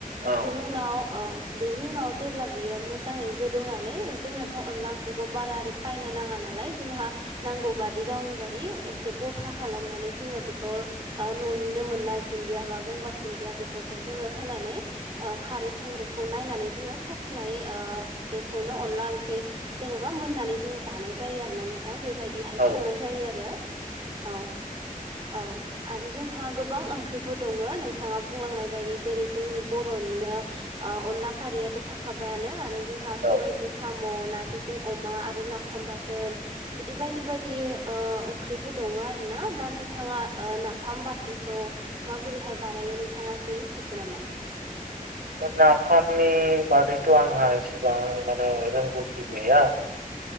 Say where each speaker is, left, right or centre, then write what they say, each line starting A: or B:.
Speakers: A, on the right; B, on the right.
A: औ
B: बिनि
A: नंगौ
B: उनाव ओ। बेनि उनाव जेब्ला बियो मोजाङै गोदौनानै ओ जोंनोथ' अनला ओंख्रिखौ बारा ओरै बायना नाङा नालाय जोंहा नांगौ बादि गावनि बादि एसे गथा खालामनानै जोङो बिखौ ओ नुनो मोननाय धुनदिया बा गंगार धुनदिया बेफोरखौ जों होनानै ओ खारै संख्रिखौ नायनानै जोङो साखिनाय ओ बेखौनो अनला ओंख्रि जेनेबा मोननानै। जोङो जानाय जायो आरो ना नोंथां बेबायदिहाय
A: औ
B: संनाय जायो आरो औ औ। आरो जोंहा गोबां ओंख्रिफोर दङ नोंथाङा बुंलांनाय बायदि जेरै जोंनि बर'निनो ओ अनला खारैयाथ' थाखाबायानो आरो जोंहा सबायाइजों
A: औ
B: साम' नारजिजों अमा आरो ना फाम बाथोन बिदि बायदि बायदि ओ ओंख्रिफोर दङ आरो ना दा नोंथाङा। नाफाम बाथोनखौ माबोरैहाय बानायो नोंथाङा एसे मिथिगौ नामा?
A: नाफामनि बादैथ' आंहा एसेबां माने रोंगौथि गैया।